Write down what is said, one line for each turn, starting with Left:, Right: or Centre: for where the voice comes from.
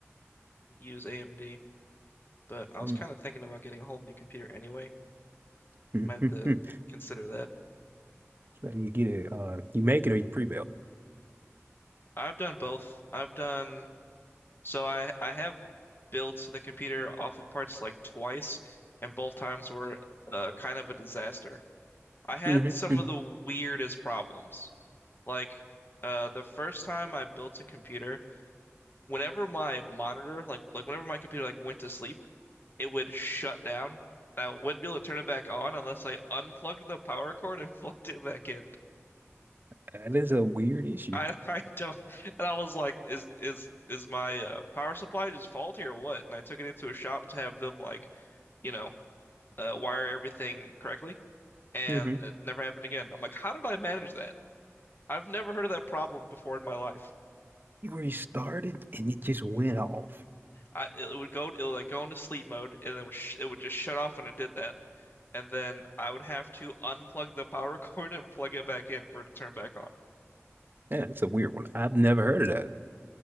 Left: use AMD. but I was
Right: Mm.
Left: kind of thinking about getting a whole new computer anyway.
Right: <laughs>
Left: Might have to consider that.
Right: So you get it, uh, you make it or you pre-build.
Left: I've done both. I've done so I I have built the computer off of parts like twice, and both times were uh, kind of a disaster. I had
Right: Mhm.
Left: some of the weirdest problems. Like uh, the first time I built a computer, whenever my monitor like like whenever my computer like went to sleep, it would shut down. and I wouldn't be able to turn it back on unless I unplugged the power cord and <laughs> plugged it back in.
Right: That is a weird issue.
Left: I <laughs> I don't and I was like, is is is my uh, power supply just faulty or what? And I took it into a shop to have them like, you know, uh, wire everything correctly, and
Right: Mm-hmm.
Left: it never happened again. I'm like, how did I manage that? I've never heard of that problem before in my life.
Right: You restarted and it just went off.
Left: I it would go it would like go into sleep mode, and it would sh it would just shut off when it did that, and then I would have to unplug the power <laughs> cord and plug it back in for it to turn back on.
Right: Yeah, that's a weird one. I've never heard of that.